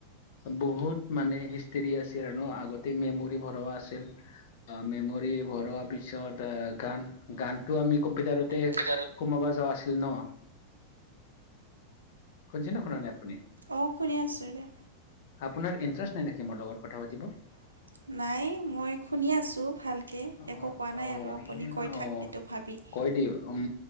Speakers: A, on the left (about 50°); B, on the right (about 75°).
A: বহুত মানে হিষ্ট্ৰীৰি আছিল, আৰু আগতে মেমৰি ভৰুৱা আছিল। অ', মেমৰি ভৰোৱা পিছত, গান-গানটো আমি কম্পিউটাৰত তে,
B: মোৰ
A: সোমাবা যাৱা আছিল নহ? শুনছে নে শুনা নাই আপুনি?
B: অ', শুনি আছো দিয়া।
A: আপোনাৰ ইণ্টাৰেষ্ট নাই নেকি, মোৰ লগত কথা পাতিব?
B: <inaudible> নাই মই শুনি আছোঁ ভালকে, একো
A: অ
B: কোৱা নাই
A: অ
B: আৰু আপুনি কৈ থাক
A: অ
B: এইটো ভাবি।
A: <unintelligible> উম